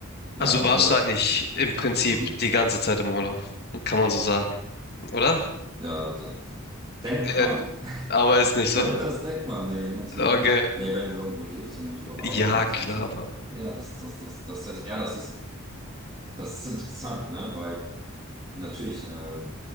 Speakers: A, on the right; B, on the left.
A: ja,
B: Also
A: nicht
B: warst
A: nur das,
B: du eigentlich im Prinzip
A: hm,
B: die ganze Zeit im Urlaub, kann man so sagen. oder?
A: ja, das denkt
B: Äh,
A: man. <laughs>
B: Aber ist nicht
A: <laughs>
B: so.
A: Das denkt man nee, natürlich
B: Okay.
A: nicht. Nee, wenn du irgendwo lebst und natürlich auch arbeiten
B: Ja,
A: musst
B: klar,
A: und so.
B: aber.
A: Ja, das, das, das, das, das, ja, das ist, das ist interessant, ne? Weil natürlich, äh,